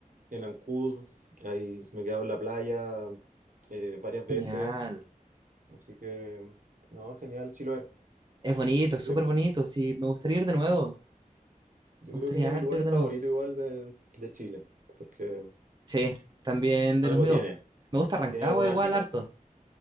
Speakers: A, on the right (about 65°); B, on the right (about 30°).
A: en Ancud, ahí me he quedado en la playa eh, varias veces,
B: Genial.
A: así que mm, no, genial Chiloé.
B: Es bonito, súper
A: Yo
B: bonito. Sí, me gustaría ir de nuevo.
A: yo
B: Me
A: creo
B: gustaría
A: que es de mis
B: harto
A: lugares
B: ir de
A: favoritos
B: nuevo.
A: igual de, de Chile, porque
B: Sí, también de
A: algo
B: los míos.
A: tiene,
B: Me gusta Rancagua
A: tiene algo mágico.
B: igual harto.